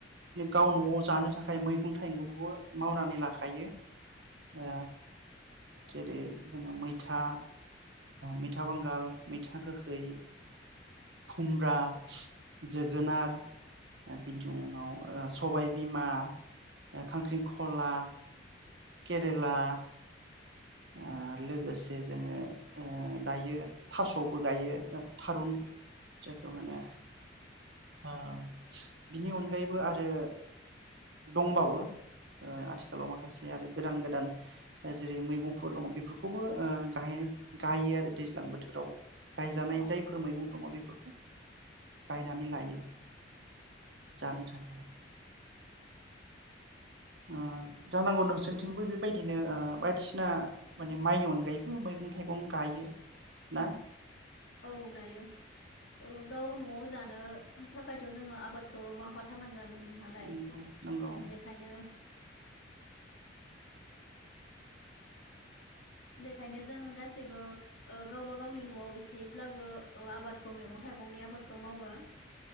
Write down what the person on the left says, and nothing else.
औ
औ गायो गाव न'आव जानो थाखायथ‌जोङो आबादखौ मावाथारनांगोन नालाय
बेखायनो बेखायनो जोङो गासैबो गावबा गावनि नआव एसेब्लाबो आबादखौ मैगं थाइगंनि आबादखौ मावो